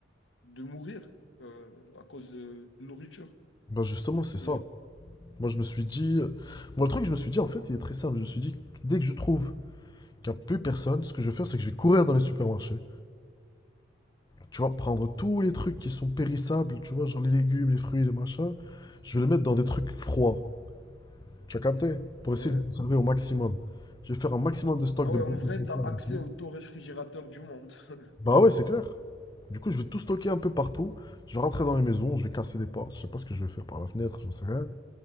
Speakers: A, on the left; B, on the left.
A: de mourir euh, à cause de nourriture.
B: Bah, justement, c'est ça.
A: Genre,
B: Moi, je me suis dit, moi, le truc, je me suis dit en fait, il est très simple. Je me suis dit, dès que je trouve qu'il n'y a plus personne, ce que je vais faire, c'est que je vais courir dans les supermarchés. Tu vois, prendre tous les trucs qui sont périssables, tu vois, genre les légumes, les fruits, les machins. Je vais les mettre dans des trucs froids. Tu as capté? Pour
A: Ouais.
B: essayer de les conserver au maximum. Je vais faire un maximum de stock
A: Ah
B: de
A: ouais,
B: boîtes
A: en vrai,
B: de conserve
A: t'as accès
B: aussi.
A: au taux réfrigérateur du monde. <laughs>
B: Bah ouais, c'est clair. Du coup, je vais tout stocker un peu partout. Je vais rentrer dans les maisons, je vais casser des portes. Je sais pas ce que je vais faire par la fenêtre, j'en sais rien.